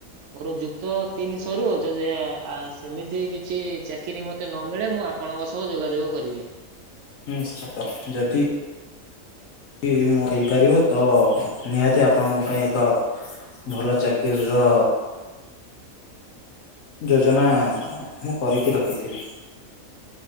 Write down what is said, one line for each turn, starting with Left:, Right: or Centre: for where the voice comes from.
Right: ମୋର ଯୁକ୍ତ ତିନି ସରୁ ଯ ଯା ଆ ସେମିତି କିଛି ଚାକିରି ମୋତେ ନ ମିଳେ ମୁଁ ଆପଣଙ୍କ ସହ ଯୋଗାଯୋଗ କରିବି।
Left: ନିଶ୍ଚତ ଯଦି ଇଏ ମୁଁ ହେଇପାରିବ ତ ନିହାତି ଆପଣଙ୍କ ପାଇଁ ଏକ ଭଲ ଚାକିରି ର ଯୋଜନା ମୁଁ କରିକି ରଖିଥିବି।